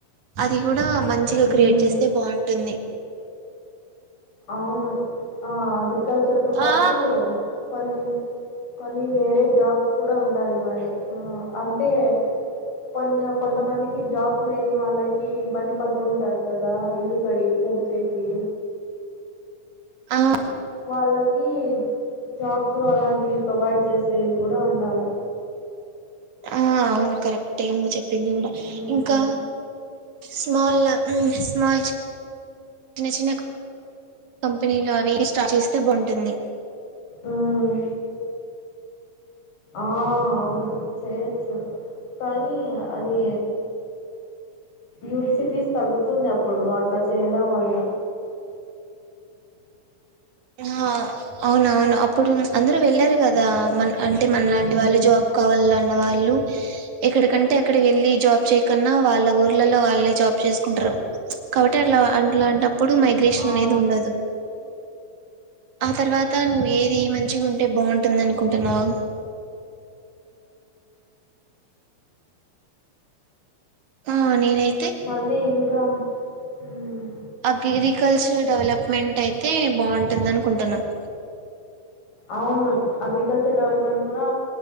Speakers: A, on the right; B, on the left.
A: అది గుడా మంచిగా
B: హ్మ్.
A: క్రియేట్ చేస్తే బావుంటుంది
B: అవును ఆ అద్రి కల్చర్ తో పాటు
A: ఆ
B: కొన్ని కొన్ని వేరె జాబ్స్ కుడా ఉండాలి మరి ఆ అంటే కొన్ని కొంతమందికి జాబ్స్ లే వాళ్ళకి ఇబ్బంది పడుతూ ఉంటారు కదా ఇల్లు గడి గడిచేకి
A: ఆయ్
B: వాళ్ళకి జాబ్స్ అలాంటివి ప్రొవైడ్ చేసేవి కూడా ఉండాలె
A: ఆ అవును కరెక్టే మీర్ చేప్ పిందిగూడ
B: మ్మ్
A: ఇంకా స్మాల్ల హ్మ్మ్ స్మాల్ చిప్ చిన్న చిన్న కంపెనీల వేరే స్టాఫ్ వేస్తే బావుంటుంది
B: ఉమ్ ఆ అవును చేయొచ్చు కానీ అది యూత్ సిటీస్ తగ్గుతుంది అప్పుడు అట్లా చేయడం వల్ల
A: హా అవునవును అప్పుడు అందరూ వెళ్లారు గదా మన అంటె మనలాంటి
B: మ్మ్
A: వాళ్ళు జాబ్ కావాల వాళ్ళు ఎక్కడికంటే అక్కడ వెళ్ళి జాబ్ చేయకన్నా వాళ్ళ ఊర్లలో వాళ్ళే జాబ్ చేసుకుంటరు కాబట్టి అట్లా అట్లాంటప్పు ప్పుడు మైగ్రేషన్
B: అవును
A: అనేది ఉండదు ఆ తర్వాత నువ్వు ఏది మంచిగా ఉమ్ అంటే బాగుంటుంది అనుకుంటున్నావా ఆ నేనై
B: మళ్ళీ ఇంకా ఊమ్
A: అగ్రికల్చర్ డవలప్మెంటై తే బావుమ్ టుందనుకుంటున్నమ్
B: అవును అగ్రికల్చర్ డెవలప్మెంట్ కూడా